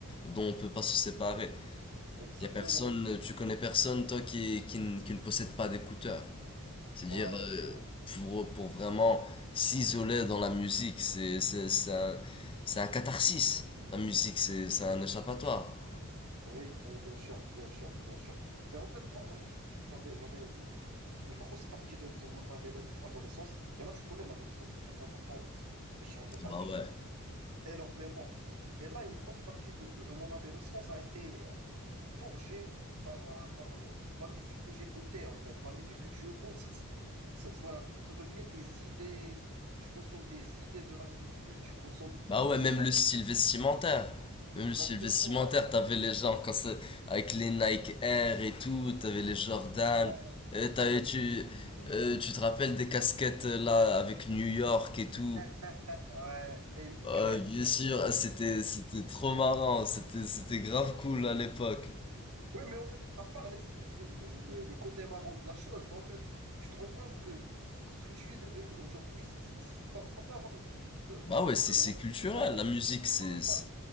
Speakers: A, on the left; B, on the right.
A: dont on peut pas se séparer.
B: Exactement.
A: Il y a personne, tu connais personne toi qui, qui, ne qui ne possède pas d'écouteurs. C'est-à-dire
B: Ouais,
A: euh,
B: ouais.
A: pour, pour vraiment s'isoler dans la musique, c'est, c'est, c'est un, c'est un catharsis. La musique, c'est, c'est
B: Mm.
A: un échappatoire.
B: Oui, oui, bien sûr, bien sûr, bien sûr. Et en fait, moi, moi j- j- j'avais, j'avais une grosse partie de, de mon adole- adolescence. Et là, tu connais, l'adolescence, c'est très important. Ça fait changer ta
A: Bah
B: vie
A: ouais.
B: énormément. Et là, une grosse partie de, de, de mon adolescence a été forgée par, euh, par le- la musique que j'écoutais, en fait. La musique que tu écoutes, ça, ça, ça, ça- ça devient tes idées. Tu consommes des idées de la musique, tu consommes
A: Bah ouais, même
B: une façon
A: le style
B: de
A: vestimentaire.
B: vivre. Exactement.
A: Même le style vestimentaire, t'avais les gens quand c'est- avec les Nike Air et tout, t'avais les Jordan,
B: Ouais,
A: euh, t'avais,
B: ouais,
A: tu,
B: ouais.
A: euh, tu te rappelles des casquettes euh, là avec New York et tout.
B: <laughs> Ouais, N-Y,
A: Euh, bien
B: frère.
A: sûr, ah, c'était, c'était trop marrant, c'était, c'était grave cool à l'époque.
B: Oui, mais en fait, à part les- le, le- le- le côté marrant de la chose, ben en fait, tu te rends compte que ce que tu es devenu aujourd'hui, ça, ça- ça peut avoir, une- euh,
A: Bah
B: euh,
A: ouais,
B: ça
A: c'est,
B: peut
A: c'est culturel,
B: avoir
A: la musique,
B: un grand
A: c'est,
B: impact.
A: c'est